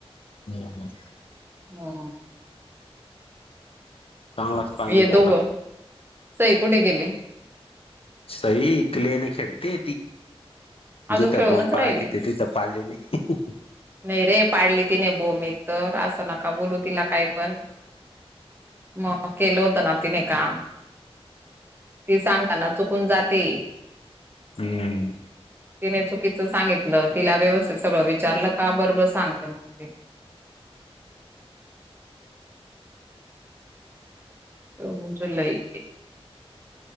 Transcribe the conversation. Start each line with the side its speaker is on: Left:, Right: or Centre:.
Left: हम् <unintelligible>
Right: हहा.
Left: चांगलाच पाणी
Right: हे दोघ.
Left: झाला.
Right: सई कुठे गेली.
Left: सई इकडे खेळते
Right: अजून
Left: जिथे
Right: खेळूनच
Left: बोम पाळले
Right: राहिले
Left: नाही <unintelligible> हचा.
Right: नाही रे पाडली ती. न बोम एक तर असं नका. बोलू. तिला काही पण मग केलं होतं ना तिने काम. ते सांगताना चुकून जाते.
Left: हम्म.
Right: तिने चुकीचं सांगितलं. तिला व्यवस्थित सगळं विचारलं का बरोबर सांगते. मग ते जो. लय.